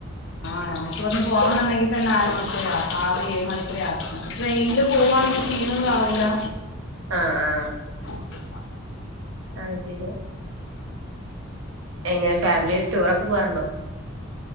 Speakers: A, on the left; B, on the right.
A: ആ അപ്പന്ന് പോണുണ്ടെങ്കിൽ തന്നെ ആര മണിക്ക ആറ് ഏഴ് മണിക്കൂയാത്ര ട്രെയിനില് പോകുവാണെങ്കിൽ ക്ഷീണവും കാണുലാ
B: ആ ആ
A: <inaudible>
B: ആഴ്ചയില എങ്ങനെ ഫാമിലി ടൂറൊക്കെ പോവാറുണ്ടോ